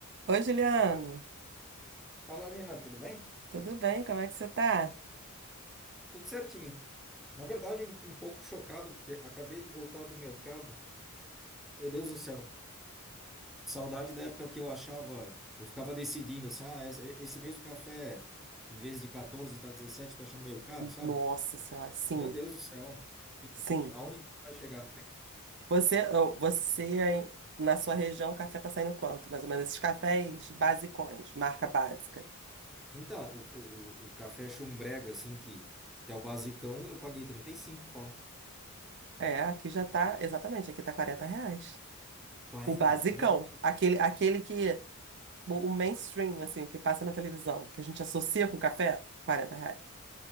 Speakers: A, on the right (about 50°); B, in the centre.
A: Oi, Juliano.
B: Fala, Nina, tudo bem?
A: Tudo bem? Como é que você tá?
B: Tudo certinho. Na verdade, um, um pouco chocado, porque acabei de voltar do mercado. Meu Deus do céu. Saudade da época que eu achava, eu ficava decidindo assim, ah, esse, esse mês o café, em vez de 14, tá 17. tô achando meio caro, sabe?
A: Nossa Senhora, sim,
B: Meu Deus do céu. Que,
A: sim.
B: que, que- aonde que isso vai chegar?
A: Você, oh, você aí, na sua região, o café tá saindo quanto? Mais ou menos esses cafés basicões, marca básica.
B: Então, o, o, o café chumbrega, assim, que, que é o basicão, eu paguei 35, pau.
A: É, aqui já tá, exatamente, aqui tá 40 reais.
B: 40,
A: O basicão,
B: 40, mil.
A: aquele, aquele que, o o mainstream, assim, o que passa na televisão, que a gente associa com café, quarenta reais.